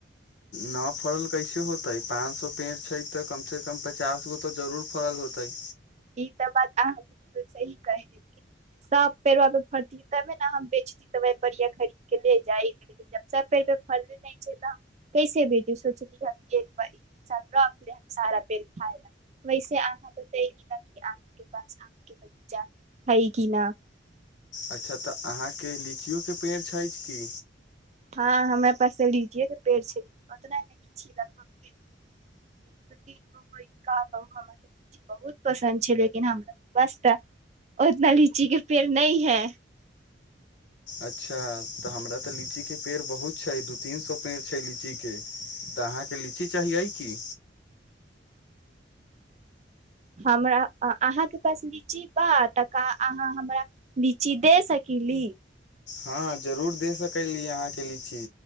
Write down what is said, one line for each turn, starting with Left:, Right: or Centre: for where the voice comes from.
Left: न फड़ल कैसे होत ते पाच सो पेड़ छै तऽ कम से कम पचास गो तऽ जरूर फड़ल होते
Right: ई त बात अहाँ बिलुकुल सही कहे लेकिन सब पेड़ फरती तबे ने हम बेचती त खरीद के ले जाय लेकिन सब पेड़ पे फरले नहि छै। तऽ हम कैसे बेचू सोचली रख ले सारा पेड़ खा ल वैसे अहाँ त अाँ के पास आ के बगीचा है की न
Left: अच्छा तऽ अहाँके लीचियोक के पेड़ छै। की
Right: हँ हमरा पास तऽ लीचीएके पेड़ छै। लेकिन ओतना नहि छै। लगभग तीन गोरा लीच बहुत पसन्द छै। लेकिन हमरा पास तऽ उतना लीची के पेड़ नहि है।
Left: अच्छा तऽ हमरा तऽ लीचीके पेड़ बहुत छै। दू तीन सए पेड़ छै। लीची के तऽ अहाँके लीची चाहि की
Right: हमरा अहाँके पास लीची बा त अहाँ हमरा लीची दे सकली
Left: हँ जरूर दे सकली अहाँके लीची